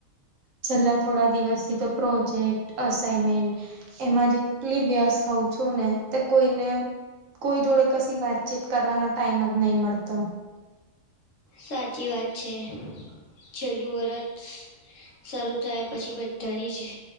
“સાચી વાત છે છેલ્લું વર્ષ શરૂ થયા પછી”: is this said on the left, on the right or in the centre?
Left